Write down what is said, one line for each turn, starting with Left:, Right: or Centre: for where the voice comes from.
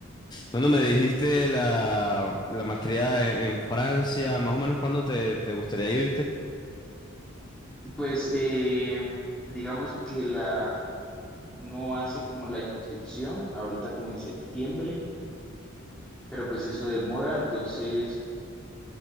Left: Bueno, me dijiste la, la maestría en, en Francia, más o menos cuándo te, te gustaría irte.
Centre: Pues eh, digamos que la, uno hace como la inscripción ahorita como en septiembre, pero pues eso demora, entonces...